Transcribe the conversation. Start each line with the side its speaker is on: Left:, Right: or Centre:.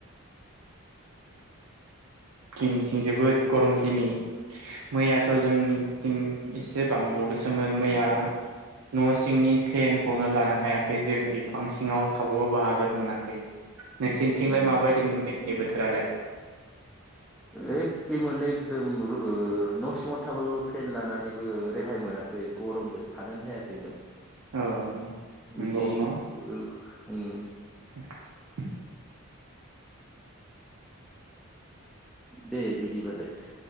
Right: जोंनिथिं जोबोद गरम दिनै मैयाथ' जोंनिथिं इसे बांबावदोंसोमोन मैया न' सिंनि फेनखौनो लानो हायाखै जों बिफां सिङाव थाबोबाबो आगोर मोनाखै नोंसिनिथिंलाय
Centre: उम
Right: माबायदि मोनबाय नै बोथोरालाय
Centre: एखे माने एकदम न' सिङाव थाबाबो फेन लानानैबो गाहाय मोनाखै गरमजों थानोनो हायाखैमोन।
Right: औ
Centre: बिदि
Right: नंगौ न'
Centre: ओम
Right: <unintelligible>
Centre: दे बिदिबालाय‌।